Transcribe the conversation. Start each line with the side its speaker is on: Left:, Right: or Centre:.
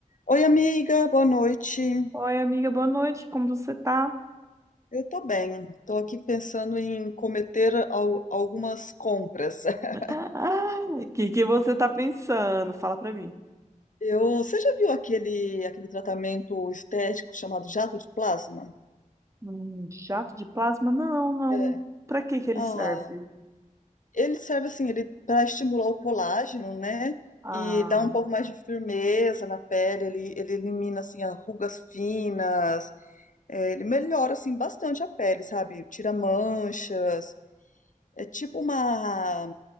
Left: Oi, amiga, boa noite.
Right: Oi, amiga, boa noite. Como você tá?
Left: Eu tô bem. Tô aqui pensando em cometer al- algumas compras. <laughs>
Right: <laughs> O que que você tá pensando? Fala pra mim.
Left: Eu, você já viu aquele aquele tratamento estético chamado jato de plasma?
Right: Um jato de plasma? Não, não.
Left: É.
Right: Pra que que ele
Left: Ah,
Right: serve?
Left: ele serve assim, ele para estimular o colágeno, né?
Right: Ah,
Left: E dá um pouco mais de firmeza na pele, ele, ele elimina assim as rugas finas, é, ele melhora assim bastante a pele, sabe? Tira manchas, É tipo uma,